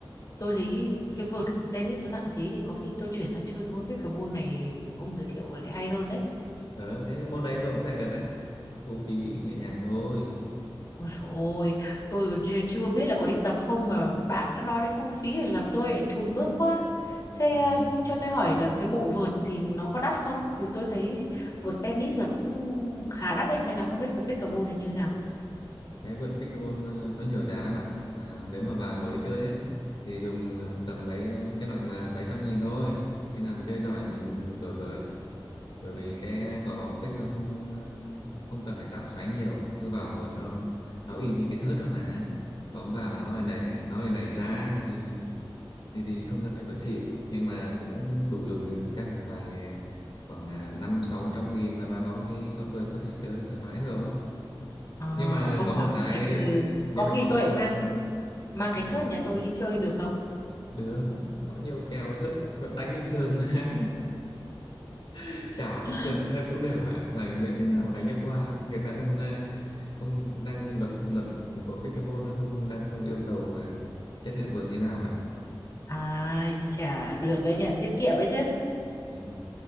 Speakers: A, on the left; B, on the left.
A: tôi thấy cái vợt tennis nó nặng thế thì có khi tôi chuyển sang chơi cái môn pickleball này ông giới thiệu lại hay hơn đấy
B: Ờ, cái môn đấy tôi cũng dạy được đấy. Thu phí nhẹ nhàng thôi.
A: Ôi dồi ôi, tôi còn chưa, chưa biết là có đi tập không mà bạn đã nói đến thu phí để làm tôi lại chùn bước quá. Thế
B: À,
A: ờ, cho tôi hỏi
B: ừ.
A: là cái bộ vợt thì nó có đắt không? Vì tôi thấy vợt tennis là cũng khá đắt đấy, nên là không biết vợt pickleball thì như nào.
B: Cái vợt pickleball ờ, nó nhiều giá lắm bạn À, nếu mà bà mới chơi ấy, thì dùng ờ, tầm mấy ờ, cái loại mà mấy trăm nghìn thôi. Khi nào mà chơi giỏi mình đổi vợt. Bởi vì cái quả bóng pick nó không ờ, không cần phải tạo xoáy nhiều. Nó cứ vào vợt nó nó y như cái thớt đó mà. Bóng vào nó lại nảy nó lại nảy ra thì thì thì không cần phải vật xịn nhưng mà cũng đủ dùng chắc là vài khoảng à, năm sáu trăm nghìn là bà có một cái con vợt có thể chơi thoải mái rồi
A: Ờ,
B: nhưng mà
A: ông
B: có
A: bảo
B: một cái
A: thế thì
B: nhưng
A: có khi
B: mà có
A: tôi
B: cái một
A: lại mang mang
B: ừ,
A: cái thớt nhà tôi đi chơi được không?
B: được có nhiều kèo thớt vẫn đánh bình thường mà <laughs> chảo
A: <laughs>
B: cũng được thớt cũng được mà mà miễn thế nào đánh cho qua người ta không à, không đang luật luật của pickleball nó không đang không yêu cầu à, chất lượng vợt như nào vậy
A: Ai chả được đấy nhỉ, tiết kiệm đấy chứ.
B: ừ.